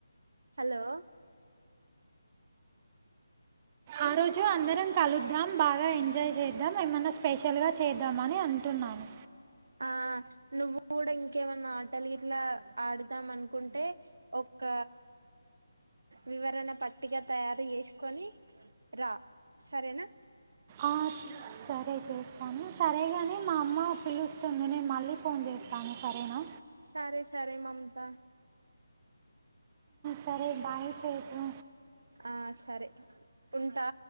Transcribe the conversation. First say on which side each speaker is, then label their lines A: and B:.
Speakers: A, on the right; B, on the right.
A: హలో
B: ఆ రోజు అందరం కలుద్దాం బాగా ఎంజాయ్ చేద్దాం ఏమన్నా స్పెష చ్చలుగా చేద్దామని అంటున్నాను
A: ఆ నువ్వు కూడా ఇంకేమన్నా ఆటలు ఇట్లా ఆడుదాం అనుకుంటే ఒక వివరణ పట్టిగా తయారు చేసుకొని రా సరేనా
B: ఆ, సరే చేస్త తనుం సరేగానే మా అమ్మ పిలుస్తుంది నేను మళ్ళీ ఫోన్ చేస్తాను సరేనా
A: సారే సారే మమత
B: సరే బాయ్ చెతు
A: ఆ సరే ఉంటా